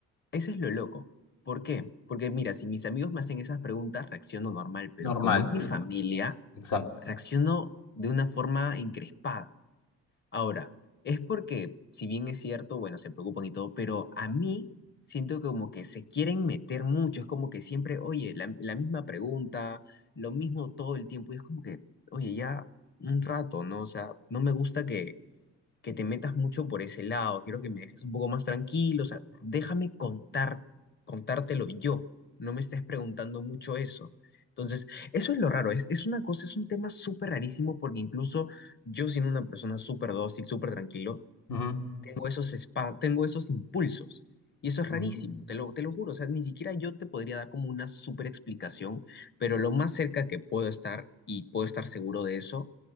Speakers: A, on the left; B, on the left.
A: Eso es lo loco. ¿Por qué? Porque mira, si mis amigos me hacen esas preguntas, reacciono normal, pero
B: Normal,
A: como es
B: cl-
A: mi familia,
B: exacto.
A: reacciono de una forma encrespada. Ahora, es porque, si bien es cierto, bueno, se preocupan y todo, pero a mí siento que como que se quieren meter mucho, es como que siempre, oye, la, la misma pregunta, lo mismo todo el tiempo, y es como que, oye, ya un rato, ¿no? O sea, no me gusta que, que te metas mucho por ese lado, quiero que me dejes un poco más tranquilo, o sea, déjame contar, contártelo yo, no me estés preguntando mucho eso. Entonces, eso es lo raro, es, es una cosa, es un tema súper rarísimo porque incluso yo siendo una persona súper dócil, súper tranquilo,
B: Ujú.
A: tengo esos espa- tengo esos impulsos. Y eso es
B: Mm.
A: rarísimo, te lo, te lo juro. O sea, ni siquiera yo te podría dar como una súper explicación, pero lo más cerca que puedo estar y puedo estar seguro de eso